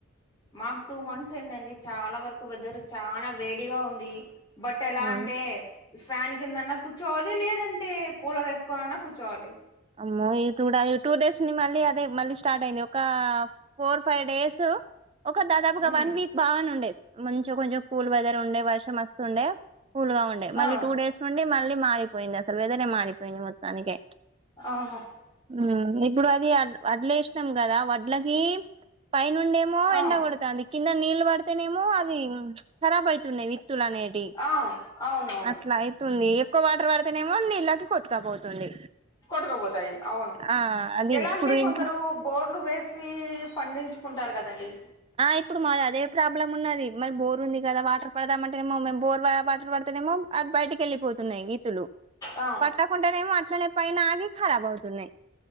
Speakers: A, on the left; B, on the right.
A: మాకు టూ మంత్స్ అయిందండి. చాలా వరకు వెదర్ చాన వేడిగా ఉంది. బట్ ఎలా
B: అవును
A: అంటే ఫ్యాన్ కిందన్నా కూర్చోవాలి లేదంటే కూలర్ ఏస్కోనన్నా కూర్చోవాలి
B: అమ్మో ఇ టూడ ఈ టూ డేస్ ఉండి మళ్ళీ అదే మళ్ళీ స్టార్ట్ అయ్యింది ఒక ఫోర్ ఫైవ్ డేసూ ఒక దాదాపుగా
A: ఉమ్
B: వన్ వీక్ బానే ఉండే. మంచిగ కొంచెం కూల్ వెదరు ఉండే వర్షమోస్తుండే కూల్ గా ఉండే. మళ్ళి
A: ఆ
B: టూ డేస్ నుండి మళ్ళి మారిపొయింది అసలు వేదరె మారిపొయింది మొత్తానికే.
A: ఆహా
B: మ్ ఇప్పుడు అది అడ్ వడ్లేసినాం కదా, వడ్లకి పైనుండే మో
A: ఆ
B: ఎండ కొడతాంది. కింద నీళ్లు పడతనేమో అవి ఖరాబ్ అయితున్నాయి విత్తులు అనేట్ టి
A: ఆ అవునవును
B: అట్ల అయితుంది ఎక్కువ వాటర్ పడితేనేమో నీళ్ళకి కొట్టుకపోతుంది.
A: కొట్టకపోతాయి అవును
B: ఆ అది
A: ఎలా
B: ఇప్పుడు
A: అంటే కొందరు
B: ఇంట్లో
A: బోర్లు వేస్ సి పండించుకుంటారు కదండి!
B: ఆ ఇప్పుడు మాది అదే ప్రాబ్లమ్ ఉన్నది. మరి బోర్ ఉంది కద వాటర్ పడదామంటేనేమో మేమ్ బోర్ వా వాటర్ పడుతనేమో అది బయటికి ఎళ్లిపోతున్నాయి విత్తులు.
A: ఆ
B: పట్టకుంటనెమో అట్లనే పైన ఆగి కరాబ్ అవుతున్నాయి.